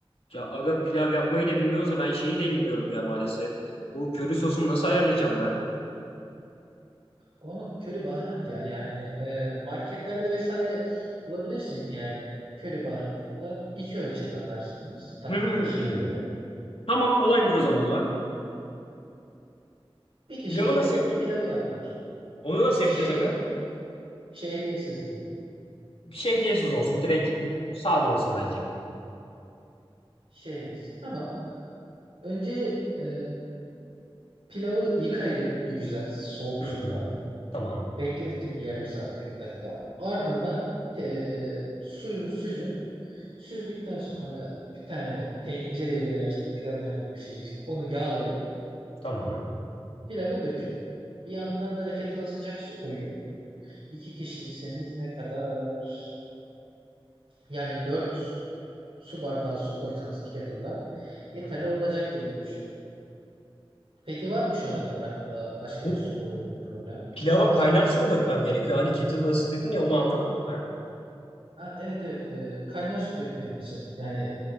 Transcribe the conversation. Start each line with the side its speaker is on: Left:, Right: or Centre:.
Left: Ya aga pilav yapmayı da bilmiyoruz da ben şeyi de bilmiyorum ya maalesef. Bu köri sosunu nasıl ayarlayacağım ben?
Right: O köri baharat ya yani e, marketlerde vesaire bulabilirsin yani köri baharatından iki ölçek atarsınız tatlı
Left: Hmm.
Right: kaşığına göre.
Left: Tamam kolaymış o zaman o.
Right: Bir kişi
Left: Pilavı
Right: de
Left: nasıl yapayım?
Right: pilavı yapar.
Left: Onu
Right: E,
Left: nasıl
Right: Şehriyeli
Left: yapacağız aga?
Right: mi? Şehriyesiz mi?
Left: Bir şey olsun. Direkt sade olsun bence.
Right: Şehriyesiz. Tamam. Önce e, pilavı yıkayın bir güzel soğuk
Left: Hı
Right: suda.
Left: hı. Tamam.
Right: Bekletin bir yarım saat 40 dakika. Ardından e, suyunu süzün. Süzdükten sonra bir tane tencereyi ve ya işte pilavı nerede pişecekse onu yağlayın.
Left: Tamam.
Right: Pilavı dökün. Bir yandan da kettle'a sıcak su koyun. İki kişiyseniz ne kadar? Yani dört su bardağı su koysanız kettle'da yeterli
Left: Hı hı.
Right: olacaktır diye düşünüyorum. Peki var mı şu ana kadar aklında başka
Left: Bu
Right: bir soru, bir problem?
Left: pilava kaynar su mu dökmem gerekiyor? Hani kettle'da ısıt dedin ya onu anlamadım ben.
Right: Ha, evet evet Ee, kaynar su dökmelisin. Yani